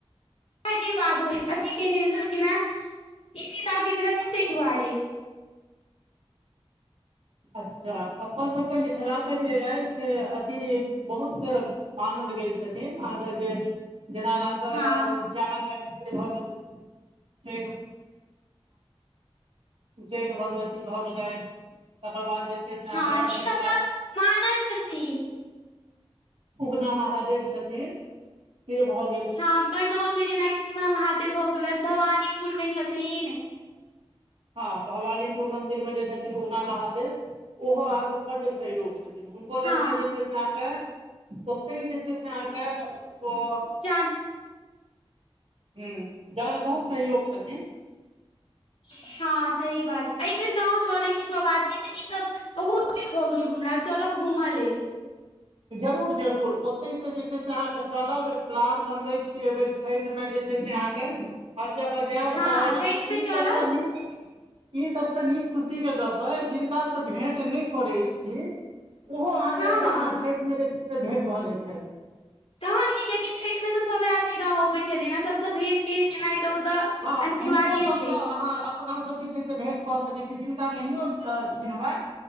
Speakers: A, on the left; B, on the right.
A: <unintelligible> रहथिन ताहि दुआरे
B: अच्छा अपनसबके मिथिलाके जे अछिइ से अथी बहुत- सामंद गेल छथिन अहाँके जे जेना आ त
A: हँ
B: ई श्यामा माय मंदिर भऽ गेलै तबके बा उच्चैठ भगवती भए गेलै तकर बाद छै जे से अहाँके
A: हँ ई सब
B: एकटा
A: तऽ मानल छथिन
B: उगना महादेव छथिन से भाव
A: हँ पणडौल मे जेनाकि उगना महादेव भऽ गेलथि भवानीपुर मे छथिन
B: हँ भवानीपुर मंदिर मे जे छथिन उना महादेव ओहो अहाँके बड्ड सहयोग हुनको
A: हँ
B: लगमे जे छै से अहाँके ओतहि जे छै से अहाँके ओ
A: चाह
B: हूँ जायमे बहुत सहयोग छथिन
A: हँ सही बात छै एहि बेेर गाँव चलैत छै सभ आदमी तऽ ई बहुत दिन भऽ गेल घुमनाय चलब घूमऽ लेल
B: जरूर जरूर ओतय से जे छै से अहाँके चलब प्लान बनबै छीयै एहि बेर छैठमे जे छै से अहाँके हर जगह जायब
A: हँ
B: आओर
A: छठि मे
B: ई
A: चलब
B: सबसँ नीक ई सबसँ नीक खुशी के गप अइ जिनका से भेंट नहि करै छीये ओहो अहाँके
A: हँ हँ
B: अपना छैठमे जे छै से भेँट भऽ जाइत छै
A: तहन की कियाकि छठि मे तऽ सभे आदमी गाँव अबैतै छथिन आ सभसँ भेंट घेट केनाइ तऽ ओ तऽ
B: हँ
A: अनिवार्य
B: हुनको सभसँ
A: छै
B: अहाँ गप अपना सब जे छै से भेँट कऽ सकैत छी जिनका नहियो चिनबैन